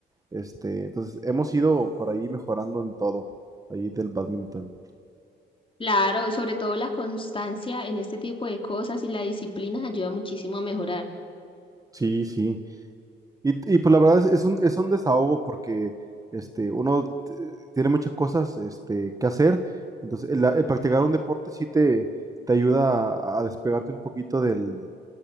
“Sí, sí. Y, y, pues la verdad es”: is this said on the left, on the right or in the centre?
Right